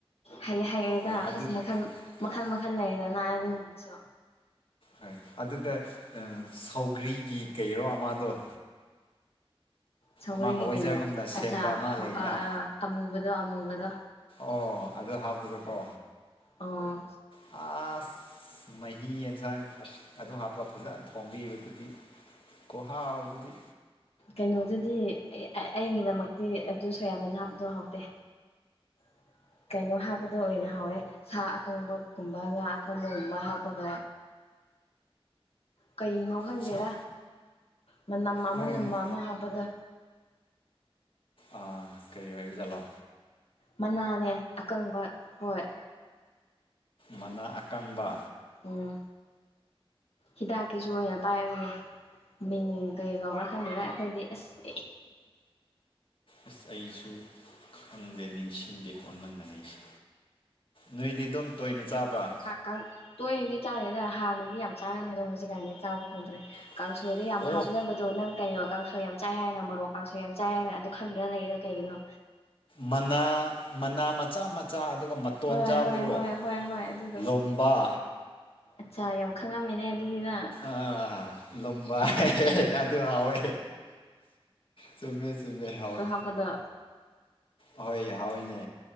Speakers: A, on the left; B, on the left.
A: ꯍꯩꯌꯦ ꯍꯩꯌꯦꯗ
B: ꯍꯣꯏ ꯑꯗꯨ
A: ꯑꯁ ꯃꯈꯜ ꯃꯈꯜ
B: ꯑ-
A: ꯃꯈꯜ ꯂꯩꯌꯦꯗꯅ ꯑꯗꯨꯒꯨꯝꯕꯁꯨ
B: ꯍꯣꯏ ꯑꯗꯨꯗ ꯁꯧꯒ꯭ꯔꯤꯒꯤ ꯀꯩꯔꯣ ꯑꯃꯗꯣ
A: ꯁꯧꯒ꯭ꯔꯤꯒꯤ
B: ꯑꯃ ꯍꯋꯥꯏꯖꯥꯔꯒꯨꯝꯅ
A: ꯀꯩꯅꯣ
B: ꯁꯦꯝꯕ
A: ꯑꯆꯥ
B: ꯑꯃ ꯂꯩꯅ
A: ꯑꯥ ꯑꯥ ꯑꯃꯨꯕꯗꯣ ꯑꯃꯨꯕꯗꯣ
B: ꯑꯣ ꯑꯗꯨ ꯍꯥꯞꯄꯒꯀꯣ
A: ꯑꯣ
B: ꯑꯁ ꯃꯍꯤ ꯏꯟꯁꯥꯡ ꯑꯗꯨ ꯍꯥꯞꯄ ꯐꯖꯅ ꯊꯣꯡꯕꯤꯕꯗꯨꯒꯤ ꯈꯨꯍꯥꯎꯗꯨꯗꯤ
A: ꯀꯩꯅꯣꯗꯗꯤ ꯑꯩꯒꯤꯗꯃꯛꯇꯤ ꯑꯗꯨ ꯁꯣꯌꯥꯕꯤꯟ ꯍꯥꯞꯄꯗꯣ ꯍꯥꯎꯇꯦ <inaudible> ꯀꯩꯅꯣ ꯍꯥꯞꯄꯗꯨ ꯑꯣꯏꯅ ꯍꯥꯎꯋꯦ ꯁꯥ ꯑꯀꯪꯕꯒꯨꯝꯕ ꯉꯥ ꯑꯀꯪꯕꯒꯨꯝꯕ ꯍꯥꯞꯄꯒ ꯀꯩꯅꯣ ꯈꯪꯗꯦꯗꯥ
B: ꯁꯥ
A: ꯃꯅꯝ ꯑꯃ
B: ꯍꯣꯏ
A: ꯅꯝꯕ
B: ꯉ-
A: ꯑꯃ ꯍꯥꯞꯄꯗꯣ
B: ꯑꯥ ꯀꯔꯤ ꯑꯣꯏꯕꯖꯥꯠꯂꯣ
A: ꯃꯅꯥꯅꯦ ꯑꯀꯪꯕ ꯍꯣꯏ
B: ꯃꯅꯥ ꯑꯀꯪꯕ
A: ꯎꯝ ꯍꯤꯗꯥꯛꯀꯤꯁꯨ ꯑꯣꯏꯅ ꯄꯥꯏꯕꯅꯦ ꯃꯤꯡ ꯀꯩ ꯀꯧꯕ꯭ꯔꯥ ꯈꯪꯗꯦꯗ ꯑꯩꯈꯣꯏꯗꯤ ꯑꯁ
B: ꯑꯁ ꯑꯩꯁꯨ ꯈꯪꯗꯦ ꯅꯤꯡꯁꯤꯡꯗꯦꯀꯣ ꯅꯪꯅ ꯍꯥꯏꯁꯦ ꯅꯣꯏꯗꯤ ꯗꯨꯝ ꯇꯣꯏꯅ ꯆꯥꯕ
A: ꯀꯪ ꯇꯣꯏꯅꯗꯤ ꯆꯥꯗꯦꯗꯥ ꯍꯥꯟꯅꯗꯤ ꯌꯥꯝ ꯆꯥꯔꯝꯃꯦ ꯑꯗꯣ ꯍꯧꯖꯤꯛꯀꯥꯟꯗꯤ ꯆꯥꯕ ꯐꯪꯗ꯭ꯔꯦ
B: ꯆꯥꯗ꯭ꯔꯦ
A: ꯀꯥꯡꯁꯣꯏꯗꯥ ꯌꯥꯝ
B: ꯑꯣ
A: ꯍꯥꯞꯅꯕ ꯑꯗꯣ ꯅꯪ ꯀꯩꯅꯣ ꯀꯥꯡꯁꯣꯏ ꯌꯥꯝ ꯆꯥꯏ ꯍꯥꯏꯔꯒ ꯃꯔꯣꯛ ꯀꯥꯡꯁꯣꯏ ꯌꯥꯝ ꯆꯥꯏ ꯍꯥꯏꯔꯒ ꯑꯗꯨ ꯈꯪꯗ꯭ꯔ ꯂꯩꯔꯤꯗꯣ ꯀꯩꯒꯤꯅꯣ
B: ꯃꯅꯥ ꯃꯅꯥ ꯃꯆꯥ ꯃꯆꯥ ꯑꯗꯨꯒ ꯇꯣꯟ
A: ꯍꯣꯏ
B: ꯆꯥꯕꯗꯨꯔꯣ
A: ꯍꯣꯏ ꯍꯣꯏ ꯍꯣꯏ ꯍꯣꯏ ꯑꯗꯨꯗꯣ
B: ꯂꯣꯝꯕ
A: ꯑꯠꯆꯥ ꯌꯥꯝ ꯈꯪꯉꯝꯃꯤꯅꯦ ꯑꯗꯨꯗꯤꯅꯪ
B: ꯑꯥꯥ ꯂꯣꯝꯕ ꯑꯗꯨ ꯍꯥꯎꯋꯦ ꯆꯨꯝꯃꯦ ꯆꯨꯝꯃꯦ ꯍꯥꯎꯋꯦ
A: ꯑꯗ
B: ꯑꯍꯣꯏ ꯍꯥꯎꯋꯤꯅꯦ